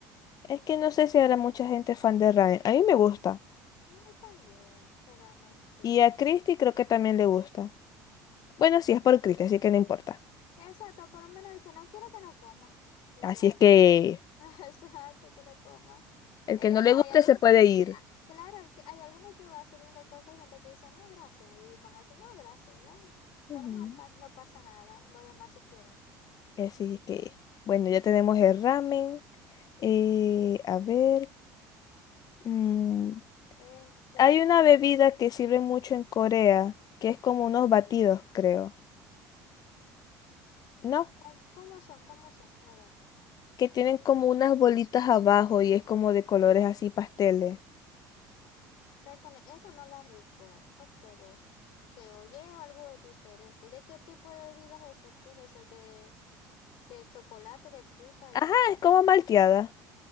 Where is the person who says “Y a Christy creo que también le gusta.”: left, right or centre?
Left